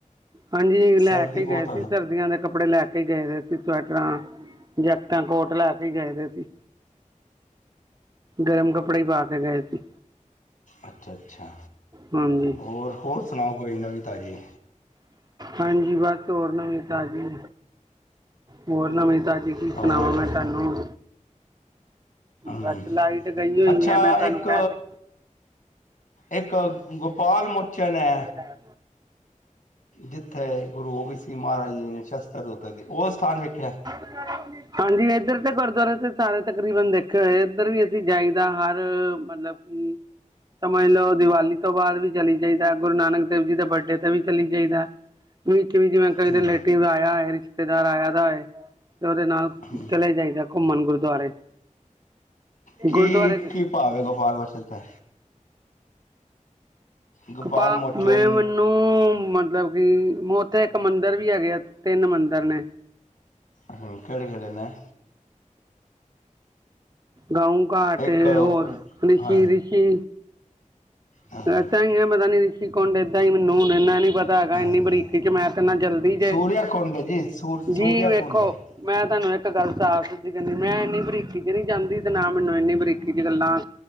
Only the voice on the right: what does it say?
ਹਾਂਜੀ ਲੈ
ਕੇ
ਗਏ
ਸੀ ਸਰਦੀਆਂ ਦੇ ਕੱਪੜੇ ਲੈ ਕੇ ਗਏ ਸੀ ਸਵੈਟਰਾਂ। ਜੈਕਟਾਂ ਕੋਟ ਲੈ ਕੇ ਗਏ ਦੇ ਸੀ ਗਰਮ ਕੱਪੜੇ। ਕੱਪੜੇ ਪਾ ਕੇ ਗਏ ਸੀ।
ਹਾਂਜੀ
ਹਾਂਜੀ ਬਸ ਹੋਰ ਨਵੀ ਤਾਜੀ। ਹੋਰ ਨਵੀਂ ਤਾਜ਼ੀ ਕੀ
ਸੁਣਾਵਾਾਂ ਮੈਂ ਤੁਹਾਨੂੰ।
ਬਸ ਲਾਈਟ ਗਈ ਹੋਈ
ਹੈ ਮੈਂ ਤੁਹਾਨੂੰ
ਕਹਿ ਤਾ
ਹ।
<unintelligible> ਹਾਂਜੀ ਇੱਧਰ ਤੇ ਗੁਰਦੁਆਰੇ ਤੇ ਸਾਰੇ ਤਕਰੀਬਨ ਦੇਖੇ ਹੋਏ ਇੱਧਰ ਵੀ ਅਸੀਂ ਜਾਈਦਾ ਹਰ ਮਤਲਬ। ਸਮਝ ਲਓ ਦੀਵਾਲੀ ਤੋਂ ਬਾਅਦ ਵੀ ਚਲੀ ਜਾਾਹੀਦਾ, ਗੁਰੂ ਨਾਨਕ ਦੇਵ ਜੀ ਦੇ ਵਰਡੇ। ਵੀ ਚਲੀ ਜਾਈ ਦਾ ਵਿੱਚ ਵਿੱਚ ਜਿਵੇਂ ਕਈ
ਰਿਲੇਟਿਵ ਆਇਆ ਹੋਏ। ਰਿਸ਼ਤੇਦਾਰ ਆਇਆ ਦਾ ਏ ਤੇ ਉਹਦੇ ਨਾਲ।
ਚਲੇ ਜਾਈਦਾ ਘੁੰਮਣ ਗੁਰਦੁਆਰੇ।
ਗੁਰਦੁਆਰੇ
ਕਿਪਾ
ਮੈਂ ਮੈਨੂੰ। ਮਤਲਬ ਕਿ ਉੱਥੇ ਇੱਕ ਮੰਦਿਰ ਵੀ ਹੈਗੇ ਆ ਤਿੰਨ ਮੰਦਿਰ ਨੇ।
ਗਾਊ ਘਾਟ
ਹੋਰ ਰਿਸ਼ੀ ਰਿਸ਼ੀ
ਪਤਾ ਨਹੀ ਮਤਲਬ ਰਿਸੀ ਕੂੰਡ ਮੈਨੂੰ ਹੁਣ ਏਨਾ ਨਹੀਂ ਪਤਾ ਹੈਗਾ
ਇੰਨੀ ਬਰੀਕੀ ਚ ਮੈਂ ਤੇ ਜਲਦੀ ਚੇ
ਜੀ ਵੇਖੋ
ਮੈਂ ਤੁਹਾਨੂੰ ਇੱਕ ਗੱਲ ਸਾਫ਼ ਸੁਥਰੀ ਕਹਿਣੀ ਮੈਂ ਇੰਨੀ ਬਰੀਕੀ ਚ ਨੀ ਜਾਂਦੀ ਤੇ ਨਾ ਮੈਨੂੰ ਇੰਨੀ ਬਰੀਕੀ ਚ ਗੱਲਾਂ